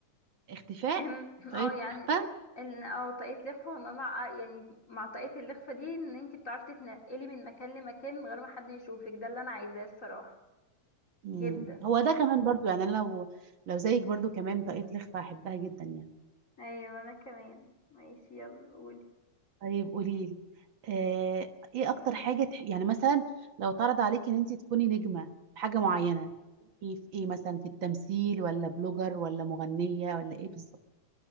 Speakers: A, on the right; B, on the left.
A: اختفاء
B: <clears throat>
A: طريقه
B: اه يعني
A: الاخفاء
B: ان اه طاقية لخفة وان انا أ- يعني مع طاقية اللخفة دي ان انتي بتعرفي تتنقلي من مكان لمكان من غير ما حد يشوفك ده اللي انا عايزاه الصراحة
A: مم.
B: جدا
A: هو ده كمان برضو يعني انا لو لو زيك برضو كمان طاقية لخفة هحبها جدا يعني
B: ايوه انا كمان ماشي يلا قولي
A: طيب قولي لي آه ايه اكتر حاجة تح... يعني مثلا لو اتعرض عليك ان انت تكوني نجمة في حاجة معينة
B: مم.
A: تكوني في ايه مثلا في التمثيل ولا بلوجر ولا مغنية ولا ايه بالظبط